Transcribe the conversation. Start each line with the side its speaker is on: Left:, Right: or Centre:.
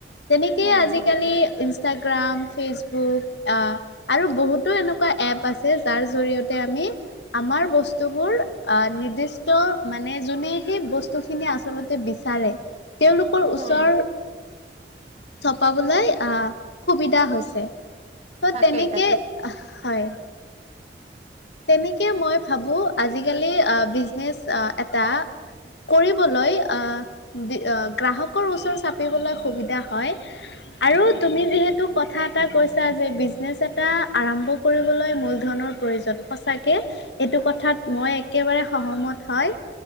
Left: তেনেকেই
Right: হুম
Left: আজিকালি।
Right: হুম
Left: ইনষ্টাগ্ৰাম, ফেচবুক আৰু বহুতো এনেকুৱা এপ আছে, যাৰ জৰিয়তে আমি আমাৰ বস্তুবোৰ নিৰ্দিষ্ট মানে যোনে সেই বস্তুখিনি আচলতে বিচাৰে, তেওঁলোকৰ
Right: হুম
Left: ওচৰ
Right: হুম
Left: চপাবলৈ, অহ, সুবিধা হৈছে। ত'
Right: তাকেই
Left: তেনেকেই,
Right: তাকে
Left: হয়। তেনেকেই মই ভাবো, আজিকালি বিজনেচ এটা কৰিবলৈ, অহ, গ্ৰাহকৰ ওচৰ চাপিবলৈ সুবিধা হয়। আৰু
Right: উম
Left: তুমি যিহেতু কথা এটা কৈছা যে, বিজনেছ এটা আৰম্ভ কৰিবলৈ মূলধনৰ প্ৰয়োজন। সচাকে, এইটো কথাত মই একেবাৰে সহমত হয়।